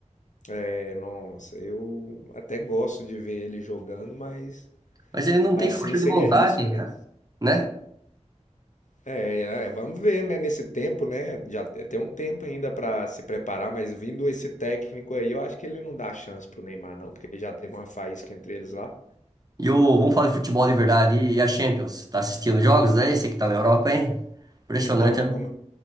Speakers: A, on the left; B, on the right.
A: É, nossa, eu até gosto de ver ele jogando, mas
B: Mas ele não
A: assim
B: tem força
A: seria
B: de vontade,
A: risco, né?
B: cara, né?
A: É, é, vamos ver, né? Nesse tempo, né? Já te- tem um tempo ainda pra se preparar, mas vindo esse técnico aí, eu acho que ele não dá chance pro Neymar, não, porque já teve uma faísca entre eles lá.
B: E o, vamos falar de futebol de verdade e a Champions. Tá assistindo jogos aí? Você que tá na Europa, hein? Impressionante,
A: Então,
B: né?
A: é como,